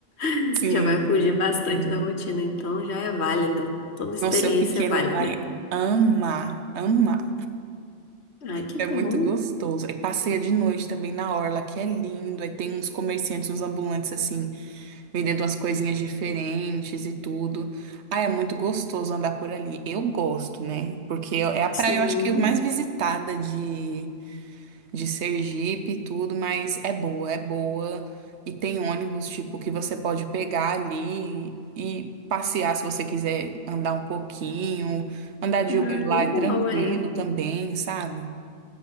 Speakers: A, on the left (about 75°); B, on the right (about 80°).
A: <laughs>
B: sim,
A: já vai fugir bastante
B: sim.
A: da rotina, então já é válido. Toda experiência
B: Nossa, seu pequeno
A: é válida.
B: vai amar, amar.
A: Ai, que
B: É
A: bom.
B: muito gostoso. Aí passeia de noite também na orla, que é lindo. Aí tem uns comerciantes, uns ambulantes, assim, vendendo umas coisinhas diferentes e tudo. Ah, é muito gostoso andar por ali. Eu gosto, né? Porque é a praia,
A: Sim.
B: eu acho que, mais visitada de de Sergipe e tudo, mas é boa, é boa. E tem ônibus, tipo, que você pode pegar ali e passear se você quiser andar um pouquinho. Andar de
A: Ah,
B: Uber lá
A: legal,
B: é tranquilo
A: é.
B: também, sabe?